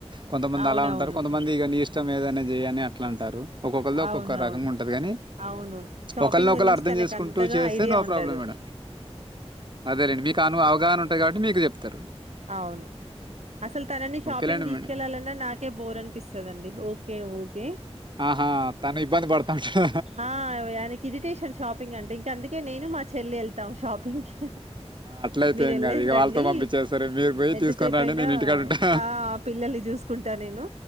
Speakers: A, on the right; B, on the right.
A: కొంతమంది
B: అవునవును
A: అలా ఉంటారు కొంతమంది ఇగ నీ ఇష్టం ఏదనేది చేయనీ అట్లా అంటారు ఒక్కొక్కళ్ళది ఒక్కొక్క
B: అవును అవును
A: రకంగా ఉంటది గానీ
B: అవును షాపింగ్
A: ఒకరినొకరు
B: గురించి
A: అర్థం
B: తనకు
A: చేసుకుంటూ
B: అంతగా
A: చేస్తే
B: ఐడియా
A: నో
B: ఉండదు
A: ప్రాబ్లం మేడం అదేలేండి మీకును అవగాహన ఉంటాయి కాబట్టి మీకు చెప్ ఉత్త
B: అవును అసలు తనని షాపింగ్
A: ఓకేలేండి
B: తీసుకెళ్ళాలన్నా
A: మేడం
B: నాకే బోర్ అనిపిస్తదండి ఓకే ఒకే ఓకే
A: ఆహా తను ఇబ్బంది పడుతుంటా
B: ఆ ఆయనకి ఇడరీటేషన్ షాపింగ్ అంటే ఇంక అందుకే నేను మా చెల్లి వెళ్తాం షాపింగ్కి
A: అట్లయితే
B: మీరు
A: ఏం
B: వెళ్ళసి
A: కాదు ఇక
B: రండి
A: వాళ్ళతో పంపించేస్తారు మీరు పోయి
B: ఎంతసేపు
A: తీసుకొని రండి
B: అయినా
A: నేను ఇంటికాడ ఉంటా
B: ఆ పిల్లల్ని చూసుకుంటా నేను